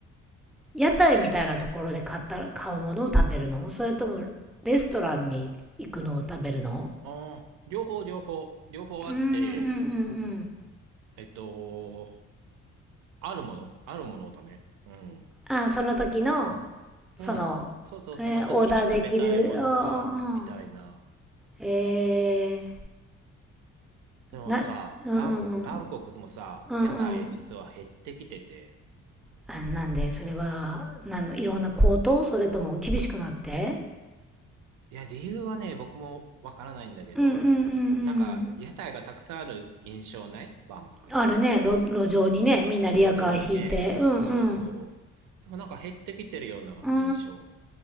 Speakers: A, in the centre; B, on the right.
A: 屋台みたいなところで買った買うものを食べるのそれとも、レストランに行くのを食べるの
B: ああ、両方、両方、両方あって、
A: うんうんうん
B: えっと、あるものあるものだね。うん。
A: うん。あ、その時の、
B: あ、
A: その、
B: うん。そうそう、
A: えーオーダーできる、
B: その時に食べたいものが、
A: うんうん。
B: みたいな。
A: え
B: でもさ、
A: ー、な、うんうんうん。
B: バン、バンコクもさ、
A: うんうん。
B: 屋台実は減ってきてて、
A: あなんで、それは、なんの、いろんな高騰それとも厳しくなって
B: いや、理由はね、僕もわからないんだけど、
A: うんうんうんうん。
B: なんか、屋台がたくさんある印象ないバンコクって。
A: あるね、路、路上にね、みんなリヤカー引いて。
B: 路上にね、そうそう。
A: うんうん。
B: でもなんか減ってきてるような印象。
A: うー